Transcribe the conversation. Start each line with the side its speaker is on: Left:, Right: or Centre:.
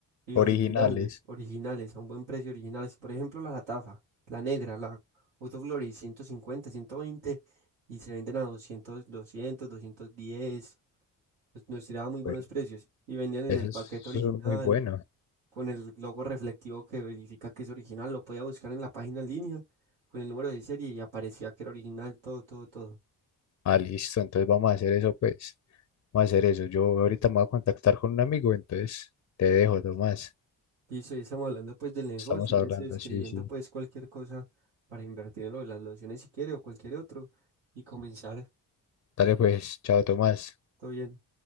Right: y
Left: Originales.
Right: originales, originales, a un buen precio originales. Por ejemplo, la Latafa, la negra, la Autoflores, 150, 120 y se venden a doscientos doscientos 210. Pues nos tiraban muy buenos
Left: Bueno,
Right: precios y vendían en
Left: eso
Right: el
Left: es,
Right: paquete original
Left: eso es muy bueno.
Right: con el logo reflectivo que verifica que es original. Lo podía buscar en la página en línea con el número de serie y aparecía que era original, todo, todo, todo.
Left: Ah, listo. Entonces vamos a hacer eso, pues. Vamos a hacer eso. Yo ahorita me voy a contactar con un amigo, entonces te dejo, Tomás.
Right: Listo, y estamos hablando pues del negocio
Left: Estamos
Right: y
Left: hablando.
Right: le estoy escribiendo
Left: Sí, sí.
Right: pues cualquier cosa para invertir en lo de las lociones si quiere o cualquier otro y comenzar.
Left: Dale, pues. Chao, Tomás.
Right: Todo bien.